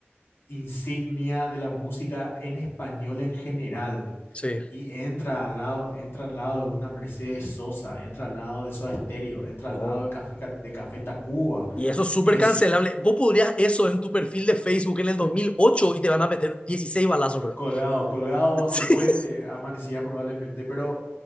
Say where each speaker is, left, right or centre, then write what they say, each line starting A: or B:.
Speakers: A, on the left (about 65°); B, on the left (about 25°).
A: insignia de la música en español en general.
B: Sí.
A: Y entra al lado, entra al lado de una Mercedes Sosa, entra al lado de Soda Stereo, entra
B: No.
A: al lado de Café, Ca- de Café Tacuba.
B: Y eso es súper
A: Es
B: cancelable. Vos podrías eso en tu perfil de Facebook en el 2008 y te van a meter 16 balazos, bro.
A: colgado,
B: <laughs>
A: colgado bajo
B: Sí.
A: el puente, amanecía probablemente, pero